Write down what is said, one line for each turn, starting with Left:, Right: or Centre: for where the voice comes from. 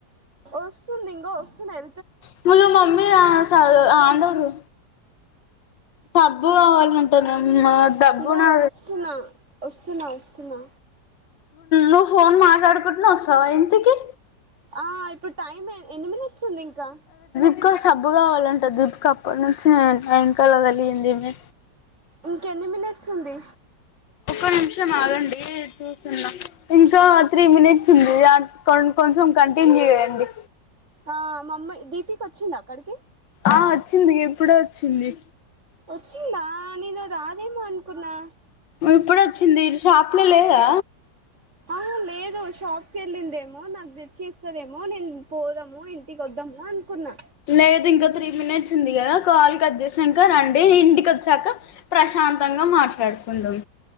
Right: వస్తుంది ఇంగ వస్తున్ ఎ
Left: ములు మమ్మీ <unintelligible> సబ్బు కావాల అంటుంది ఏం అమ్మ దబ్బునా
Right: ఇంగో వస్తున్నా వస్తున్నా వస్తున్నా
Left: నువ్ ఫోన్ మాట్లడుకుంటునే వస్తవ ఇంటి కి
Right: ఆ ఇ ఇప్పుడు టైమ్ ఎన్ని మినిట్స్ ఉంది ఇంకా
Left: ఇంకా సబ్బు కావాలంట దీపిక అప్పటి నుంచి వెనకాలే వెళ్లింది
Right: ఇంక ఎన్ని మినిట్స్ ఉంది
Left: ఒక నిమిషం ఆగండి చూసున్నా ఇంకా త్రీ మినిట్స్ ఉంది కొంచెం కంటిన్యూ చేయండి
Right: ఆ మా అమ్మయ్ దీపిక వచ్చిందా అక్కడికి
Left: ఆ వచ్చింది ఎప్పుడొ వచ్చింది
Right: వచ్చిందా నేను రాదు ఏమో అనుకున్నా
Left: ఇప్పుడ వచ్చింది షాప్ లో లేదా
Right: ఆ లేదు షాప్కి వెళ్ళిందేమో నాకు తెచ్చి ఇస్తదేమో నేను పోదాము ఇంటికి వద్దాము అనుకున్నా
Left: లేదు ఇంకా త్రీ మినిట్స్ ఉంది కదా కాల్ కలి సాక రండి ఇంటికి వచ్చాక ప్రశాంతంగా మాట్లాడుకుందాం